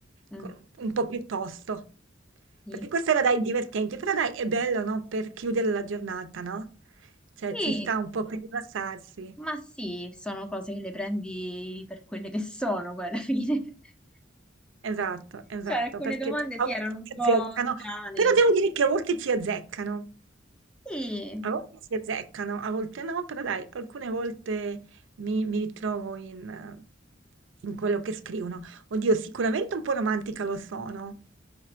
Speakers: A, in the centre; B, on the right.
A: Mm,
B: con- un po' più tosto.
A: sì.
B: Perché questo era, dai, divertente, però dai, è bello, no? Per chiudere la giornata, no? Cioè,
A: Sì,
B: ci sta un po' per rilassarsi.
A: Ma sì, sono cose che le prendi per quelle che sono, poi alla fine. <laughs>
B: Esatto, esatto,
A: Cioè, alcune
B: perché
A: domande
B: ci- a
A: sì,
B: volte
A: erano un
B: ci
A: po'
B: azzeccano,
A: strane.
B: però devo dire che a volte ci azzeccano.
A: Sì.
B: A volte si azzeccano, a volte no, però dai, alcune volte mi, mi ritrovo in, eh, in quello che scrivono. Oddio, sicuramente un po' romantica lo sono,